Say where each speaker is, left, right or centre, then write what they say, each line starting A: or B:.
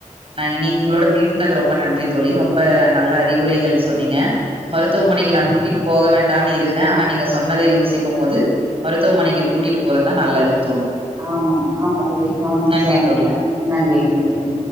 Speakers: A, on the right; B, on the right.
A: நாங்க நீங்களோட பேஸ்னது ரொம்ப நன்றி தோழி ரொம்ப நல்ல அறிவுரைகள் சொன்னீங்க மருத்துவமனைக்கு
B: ரொம்ப
A: நா கூட்டிட்டு போக வேண் தானு இருந்தே ஆனா நீங்க சொன்னத யோசிக்கு போது மருத்துவமனைக்கு கூட்டிட்டு போறதா நல்லதுன்
B: ஆமா ஆமா தோழி கவனிச்சா
A: நன்றி தோழி.
B: ந நன்றி நன்றி